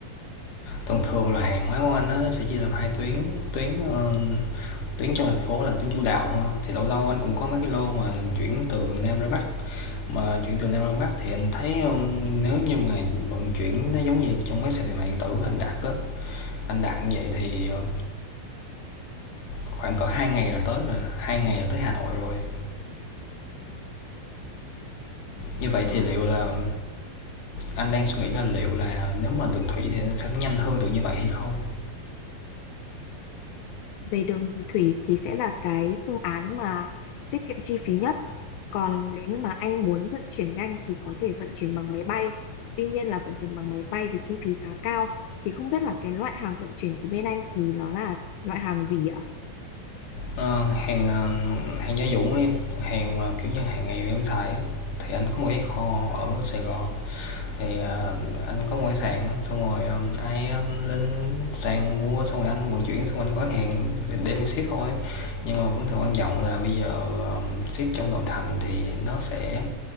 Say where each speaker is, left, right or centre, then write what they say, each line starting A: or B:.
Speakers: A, on the left; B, on the left.
A: thông thường là hàng hóa của anh á, nó sẽ chia làm hai tuyến tuyến ờ, tuyến trong thành phố là tuyến chủ đạo ha. thì lâu lâu anh cũng có mấy cái lô mà chuyển từ nam ra bắc mà chuyển từ nam ra bắc thì anh thấy ờ, nếu như mà vận chuyển nó giống như trong mấy sàn thương mại điện tử anh đặt á anh đặt như vậy thì ờ, khoảng cỡ hai ngày là tới rồi hai ngày là tới hà nội rồi như vậy thì
B: Ờ,
A: liệu là anh đang suy nghĩ là liệu là nếu mà đường thủy thì nó sẽ nhanh hơn được như vậy hay không
B: Về đường thủy thì sẽ là cái phương án mà tiết kiệm chi phí nhất. Còn nếu như mà anh muốn vận chuyển nhanh thì có thể vận chuyển bằng máy bay. Tuy nhiên là vận chuyển bằng máy bay thì chi phí khá cao. Thì không biết là cái loại hàng vận chuyển của bên anh thì nó là loại hàng gì ạ?
A: Ờ, hàng, ờ, hàng gia dụng em, hàng mà, kiểu như, hàng ngày em xài á, thì anh có một cái kho ở Sài Gòn, thì, ờ, anh có một cái sàn á, xong rồi, ờ, ai, ơ, lên sàn mua xong rồi anh vận chuyển, xong rồi anh gói hàng thì đem đi ship thôi. Nhưng mà vấn đề quan trọng là bây giờ, ờ, ship trong nội thành thì nó sẽ